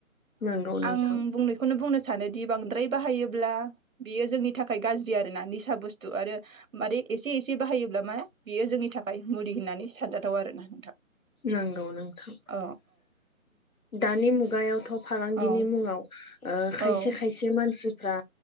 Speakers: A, on the left; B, on the right.
A: नंगौ नोंथां
B: आंनायखौनो बुंनो सानोदि बांद्राय बाहायोब्ला बियो जोंनि थाखाय गाज्रि आरोना निसा बुस्थु आरो मारे एसे एसे बाहायोब्ला मा बियो जोंनि थाखाय मुलि होननानै सानजाथाव आरोना नोंथां
A: नंगौ नोंथां
B: औ
A: दानि मुगायावथ' फालांगिनि
B: औ
A: मुङाव ओ खायसे
B: औ
A: खायसे मानसिफ्रा